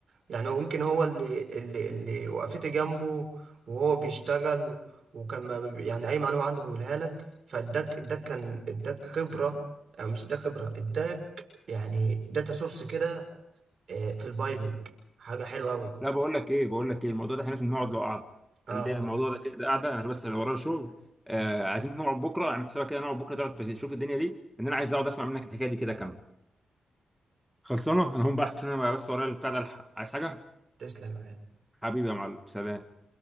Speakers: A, on the right; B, in the centre.
A: يعني هو يمكن هو اللي اللي اللي وقفت جنبه وهو بيشتغل وكان ما بي- يعني اي معلومه عنده بيقولها لك فاداك اداك كان اداك خبره أو مش اداك خبره اداك يعني داتا سورس كده آه، في البايبنج حاجة حلوة أوي
B: لا بقول لك ايه بقول لك ايه الموضوع ده احنا لازم نقعد له قعده
A: اه
B: خلي الموضوع
A: اه
B: ده كده قاعده انا بس انا ورايا شغل آه
A: م.
B: عايزين نقعد بكره اعمل حسابك كده نقعد بكره تقعد تشوف الدنيا دي ان انا عايز اقعد اسمع منك الحكايه دي كده كامله خلصانه انا هقوم بقى عشان انا بس ورايا البتاع ده الحق عايز حاجه
A: تسلم يا غالي
B: حبيبي يا معلم سلام